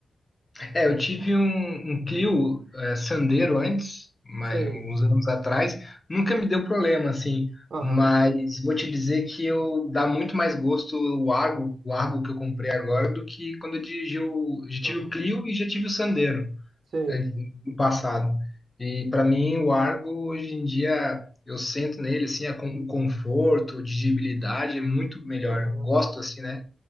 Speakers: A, on the left; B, on the right.
A: É, eu tive um, um Clio é, Sandero antes, mas,
B: Sei.
A: uns anos atrás, nunca me deu problema, assim,
B: Aham,
A: mas vou te dizer que eu dá muito mais gosto o Argo, o Argo que eu comprei agora do que quando eu dirigi o, já
B: aham,
A: tive o Clio e já tive o Sandero
B: sei.
A: é, no passado. E para mim o Argo hoje em dia eu sento nele assim, a, con- o conforto, a dirigibilidade é muito melhor.
B: Aham,
A: Gosto assim, né?